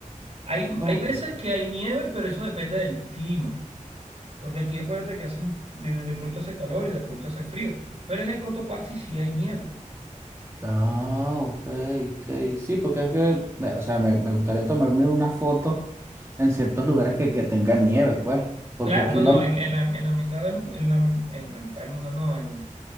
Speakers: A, on the right (about 50°); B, on the right (about 20°).
A: Hay,
B: Ok.
A: hay veces que hay nieve, pero eso depende del clima, porque aquí acuérdate que hace un- de, de pronto hace calor y de pronto hace frío, pero en el Cotopaxi sí hay nieve.
B: Ah, ok, ok. Sí, porque es que, me- o sea, me, me gustaría tomarme una foto en ciertos lugares que, que tengan nieve, pues. Porque
A: Claro,
B: aquí
A: no,
B: la...
A: no, en, en la, en la mitad del, en la, en la mitad del mundo no, en,